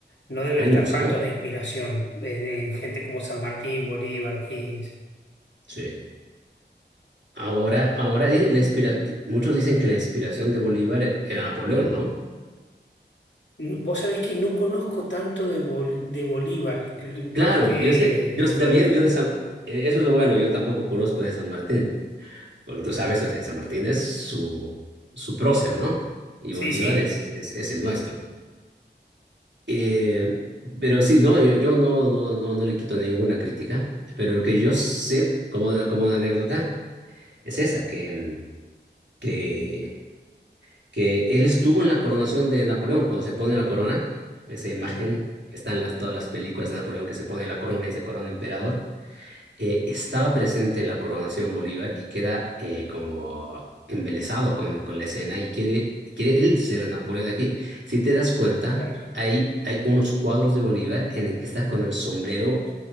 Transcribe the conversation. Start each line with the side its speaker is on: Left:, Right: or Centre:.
Left: no deben
Right: Años,
Left: estar faltos
Right: ¿no?
Left: de inspiración en, en gente como San Martín, Bolívar, O'Higgins.
Right: Sí. Ahora, ahora, dice, la inspira- di- muchos dicen que la inspiración de Bolívar era Napoleón, ¿no?
Left: N- Vos sabés que no conozco tanto de, Bol- de Bolívar, l- más
Right: Claro,
Left: que
Right: yo sé, yo
Left: yo.
Right: también,
Left: yo-
Right: yo de San, eh, eso es lo bueno, yo tampoco conozco de San Martín, porque tú sabes, o sea, San Martín es su, su prócer, ¿no? Y
Left: Sí,
Right: Bolívar
Left: sí,
Right: es, es, es el nuestro. Eh, pero sí, no, yo, yo no, no, no, no le quito ninguna crítica, pero lo que yo sé como, de- como una anécdota es esa, que, mm, que, que él estuvo en la coronación de Napoleón, cuando se pone la corona, esa imagen
Left: Ajá,
Right: que está en las- todas las películas de Napoleón que se pone la corona y se corona emperador. eh, estaba presente en la coronación Bolívar y queda eh, como embelesado con, con la escena y quiere, quiere él ser Napoleón de aquí. Si te das cuenta,
Left: claro.
Right: hay, hay unos cuadros de Bolívar en el que está con el sombrero